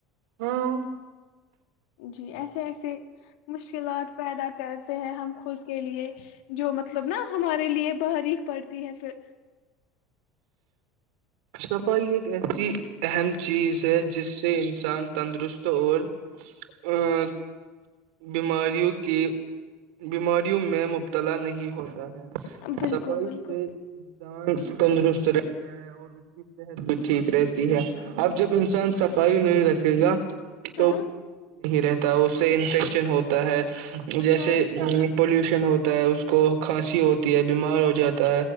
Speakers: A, on the right (about 80°); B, on the left (about 80°).
A: ہاں
B: ا <inaudible> جی ایسے ایسے مشکلات پیدا کر ہیں ہم خود کے لیے جو مطلب نا ہمارے لیے بحارییک پڑتی ہے پھر
A: صفائی ایک ایسی اہم چیز ہے جس سے انسان تندرست اور ا بیماریوں کے بیماریوں میں مبتلا نہیں ہوتا ہے
B: بالکل
A: صفائی
B: بالکل
A: سے جان تندرست رہتا ہے اور اس کی صحت بھی ٹھیک رہتی ہے اب جب انسان صفائی نہیں رکھے گا تو
B: ہاں
A: وہ ٹھیک ہی نہیں رہتا اس سے ن ہوتا ہے جیسے
B: ہاں
A: پوش ن ہوتا ہے اس کو کھانسی ہوتی ہے بیمار ہو جاتی تو